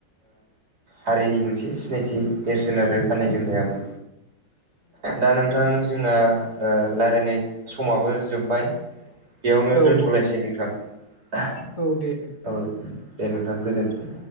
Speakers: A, on the right; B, on the left.
A: हारिनि मोनसे सिनायथि नेरसोन आरो गाननाय जोमनायाबो दा नोंथां जोंना रायज्लायनाय समाबो जोब्बाय। बेयावनो
B: औ
A: दोनथ'लायसै
B: औ
A: नोंथां
B: औ दे दे
A: औ दे नोंथां गोजोन्थों।